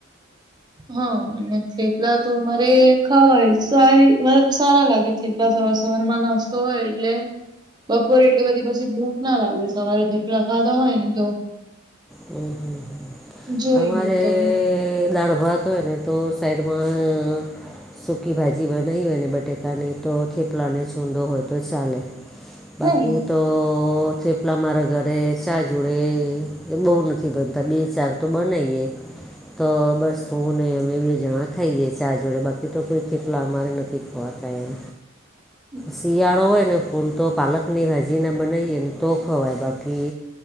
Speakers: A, on the right; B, in the centre.
A: હા અને થેપલા તો હવે ખવાય સારી મતલબ સારા લાગે છે એટલા સવાર સવારમાં નાસ્તો હોય એટલે બપોરે એટલે બધી પછી ભૂખ ના લાગે સવારે થેપલા ખાધા હોય ને તો
B: હમ હમ હમ.
A: જોઈએ
B: અમારે
A: તો ભી
B: દાળ ભાત હોય ને તો સાઈડમાં. સૂકી ભાજી બનાવી હોય ને બટેકાની તો થેપલાને છુંદો હોય તો ચાલે બાકી
A: હા એ
B: તો થેપ તમારા ઘરે ચાહ જોડે એ બહુ નથી બનતા બે ચાર તો બનાવીએ. તો બસ હું ને અમે બે જણા ખાઈએ ચા જોડે બાકી તો કોઈ ન અમારે નથી ખવાતા એમ
A: <inaudible>
B: શિયાળો હોય ને ફૂલ તો પાલકની ભાજીને બનાવીએ ને તો ખવાય બાકી